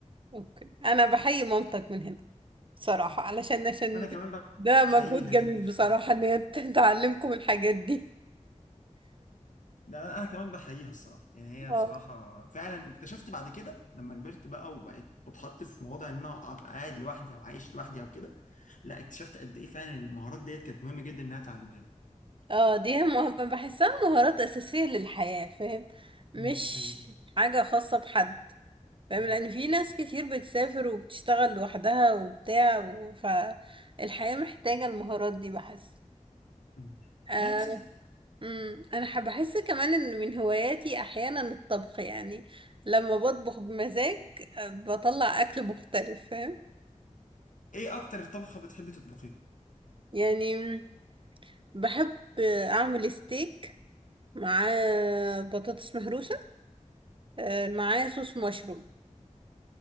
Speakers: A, on the right; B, on the left.
A: اوكي انا بحيي مامتك من هنا بصراحة علشان عشان
B: انا كمان
A: ده مجهود
B: بحييها
A: جميل
B: جدا
A: بصراحة
B: <laughs>
A: ان هي ت- تعلمكم الحاجات دي
B: ده انا كمان بحييها الصراحه يعني هي
A: اه
B: بصراحه فعلا واكتشفت بعد كده لما كبرت بقى وبقيت بتحط في مواضع ان انا ابقى قاعد لوحدي او عايش لوحدي او كده لا اكتشفت قد ايه فعلا المهارات ديت كانت مهمه جدا انها تعلمها لي
A: اه دي مه... بحسها مهارات اساسية للحياة فاهم مش
B: أمم، ايوه
A: حاجة خاصة بحد فاهم
B: أمم،
A: لان في ناس كتير بتسافر وبتشتغل لوحدها وبتاع و... فالحياة محتاجة المهارات دي بحس
B: أمم.
A: آه،
B: نعم صح
A: امم انا حب- بحس كمان ان من هواياتي احيانا الطبخ يعني لما بطبخ بمزاج آه، بطلع اكل مختلف فاهم
B: ايه اكتر طبخة بتحبي تطبخيها
A: يعني مم، بحب آه، اعمل ستيك مع بطاطس مهروسه آه، معاه صوص مشروم